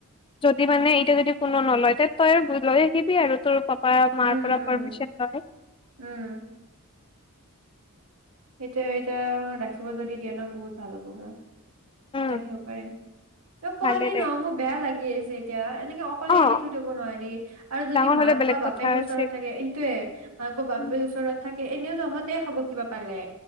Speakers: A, on the left (about 25°); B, on the right (about 80°).
A: যদি মানে এতিয়া যদি কোনো নলয়। ত, তই লৈ আহিবি আৰু তোৰ
B: উম
A: মাৰ পৰা
B: উম
A: পাৰ্মিচন লয়। হয়।
B: উম এতিয়া, এতিয়া ৰাখিব যদি দিয়া ন বহুত ভাল হ'ব মোৰ।
A: উম,
B: আহিব পাৰিম তই পোৱালি
A: ভালে দে
B: ন মোৰ বেয়া লাগি আছে। এতিয়া তেনেকে অকলে
A: অ
B: এৰি থৈ দব নোৱাৰি আৰু যদি
A: ডাঙৰ
B: মাক
A: হলে বেলেগ
B: বা বাপেক
A: কথা আছিল
B: ওচৰত থাকে এইটোয়ে মাক বা বাপেক
A: উম
B: ওচৰত থাকে এনেও তহঁতে খ'ব কিবা। পালে।